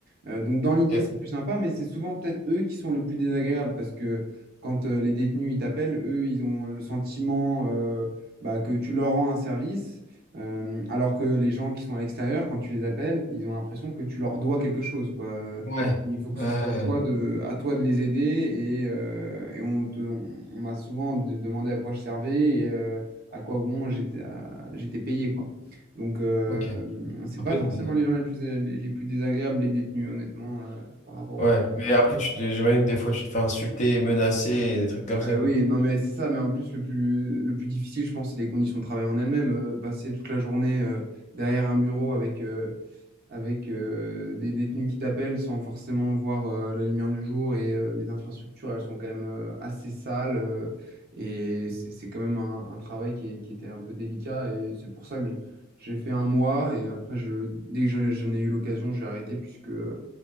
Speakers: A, on the right; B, on the left.
A: Euh, donc, dans
B: Ok.
A: l'idée, c'est plus sympa, mais c'est souvent peut-être eux qui sont le plus désagréables parce que quand euh, les détenus, ils t'appellent, eux, ils ont le sentiment euh, bah, que tu leur rends un service, euh, alors que les gens qui sont à l'extérieur, quand tu les appelles, ils ont l'impression que tu leur dois quelque chose, quoi.
B: Ouais.
A: Il faut que
B: Ouais.
A: ce soit à toi de, à toi de les aider et, euh, et on te, on, on m'a souvent de- demandé à quoi je servais et euh, à quoi bon j'étais, à- j'étais payé quoi. Donc euh,
B: Ok.
A: euh, c'est
B: Un
A: pas
B: peu
A: forcément
B: de...
A: les gens les plus les plus désagréables les détenus honnêtement euh, par rapport au...
B: Ouais. Mais après, tu te- j'imagine que des fois, tu te fais insulter, menacer et des trucs comme
A: Euh,
B: ça,
A: oui
B: quoi.
A: non mais c'est ça mais en plus le plus le plus difficile je pense c'est les conditions de travail en elles-mêmes Euh, passer toute la journée euh, derrière un bureau avec euh, avec euh, des détenus qui t'appellent sans forcément voir euh, la lumière du jour et euh, les infrastructures, elles sont quand même euh, assez sales euh, et c'est c'est quand même un, un travail qui, est- qui était un peu délicat et c'est pour ça que je- j'ai fait un mois et après, je, dès que je- j'en ai eu l'occasion, j'ai arrêté puisque, euh,